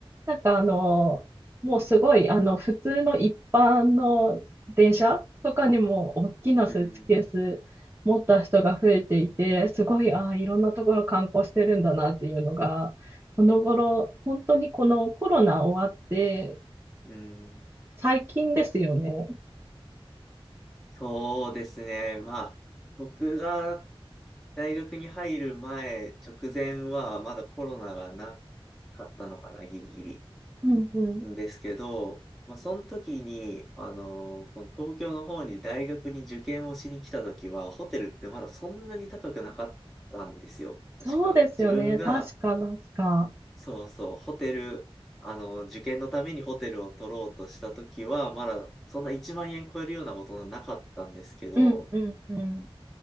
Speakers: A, on the right; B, in the centre.
A: なんかあの、もうすごい、あの、普通の一般の電車とかにも大きなスーツケース持った人が増えていて、
B: うん、
A: すごい、ああ、いろんなところ観光してるんだなっていうのが、この頃、本当にこのコロナ終わって、
B: うん。
A: 最近ですよね。
B: そうですね。まあ僕が大学に入る前、直前はまだコロナがなかったのかな、ギリギリ。
A: うんうん。
B: んですけど、まあ、その時に、あのーこの東京の方に大学に受験をしに来た時は、ホテルってまだそんなに高くなかったんですよ。確か。
A: そうですよね。
B: 自分が、
A: 確か、確か。
B: そうそう、ホテル、あのー受験のためにホテルを取ろうとした時は、まだそんな1万円超えるようなことなかったんですけど、
A: うんうんうん。